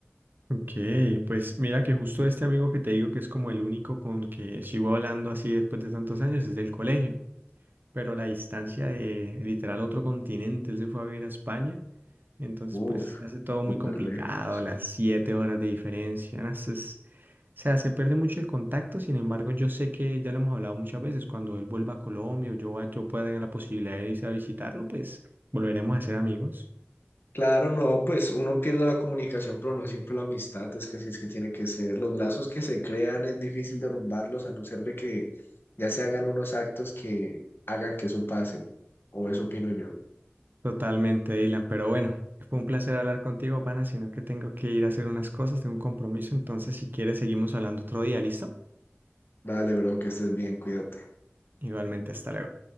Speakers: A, on the right (about 50°); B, on the left (about 55°).
A: Ok, pues mira que justo este amigo que te digo que es como el único con el que sigo hablando así después de tantos años es del colegio. pero la distancia de literal otro continente, él se fue a vivir a España, entonces
B: Uf,
A: pues hace todo
B: súper
A: muy complicado,
B: lejos.
A: las siete horas de diferencia, no, eso es- o sea, se pierde mucho el contacto, sin embargo yo sé que ya lo hemos hablado muchas veces, cuando él vuelva a Colombia o yo, va- yo pueda tener la posibilidad de irse a visitarlo, pues volveremos a ser amigos.
B: Claro, no, pues uno pierde la comunicación, pero no siempre la amistad, es que así es que tiene que ser. Los lazos que se crean es difícil derrumbarlos a no ser de que ya se hagan unos actos que hagan que eso pase, o eso opino yo.
A: Totalmente, Dylan, pero bueno, fue un placer hablar contigo, pana, sino que tengo que ir a hacer unas cosas, tengo un compromiso, entonces si quieres seguimos hablando otro día, ¿listo?
B: Dale, bro, que estés bien, cuídate.
A: Igualmente, hasta luego.